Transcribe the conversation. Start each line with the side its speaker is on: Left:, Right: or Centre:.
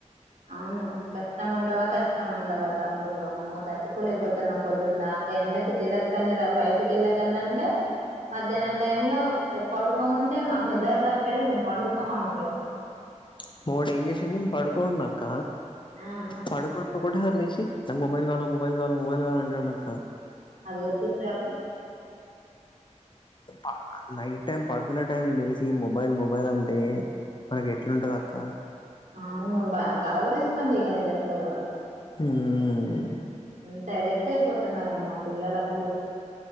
Right: అవును కష్టం అంటవా కష్టం అంటవా తమ్ముడు వమ్మో తట్టుకోలేకపోతున్నాం పొద్దున్ దాకా ఎండకి తిర క్కండి రా బయటికి వెళ్లకండి అంటే మధ్యాహ్నం టైం లో కాసేపు పడుకోమంటే మాకు నిద్ర రాట్లేదు మేము పండుకోమంటర్రు
Left: ప్చ్ మావోడు ఏం చేశిండు పడుకోన్నాక్క
Right: ఆ
Left: పడుకున్నాక లేచి ఒకటేసారి లేశి నాకు మొబైల్ కావల మొబైల్ కావాల మొబైల్ కావాల అంటుండక్క
Right: అది వచ్చేస్తాది
Left: పా నై అంటే పడుకున్న టైం లేసి మొబైల్ మొబైల్ అంటే మనకి ఎట్లుంటది అక్క
Right: అవును బా కలవరిస్తూండు ఇగ నిదట్లో కూడా
Left: ఉమ్ మ్
Right: ఉమ్ అడిక్ట్ అయిపోతున్నారమ్మా పిల్లలు